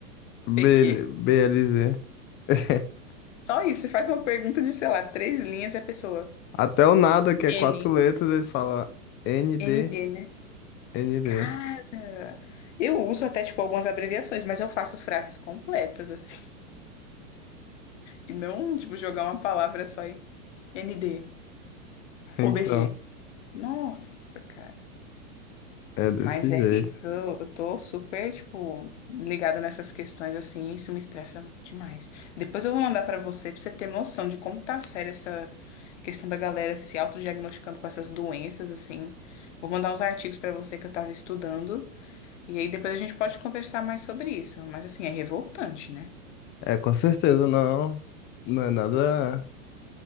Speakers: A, on the left; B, on the left.
A: PQ.
B: b
A: <laughs>
B: BLZ. <laughs>
A: Só isso, você faz uma pergunta de, sei lá, três linhas e a pessoa
B: Até o nada, que é quatro
A: N,
B: letras, ele fala ND,
A: ND, né?
B: ND.
A: Cara, eu uso até tipo algumas abreviações, mas eu faço frases completas assim. E não, tipo, jogar uma palavra só e ND,
B: Então,
A: OBG. Nossa, cara.
B: é desse
A: Mas é
B: jeito.
A: isso, eu eu tô super, tipo, ligada nessas questões assim, e isso me estressa demais. Depois eu vou mandar pra você, pra você ter noção de como tá séria essa questão da galera se autodiagnosticando com essas doenças, assim. Vou mandar uns artigos pra você que eu tava estudando, e aí depois a gente pode conversar mais sobre isso. Mas assim, é revoltante, né?
B: É, com certeza não, não é nada,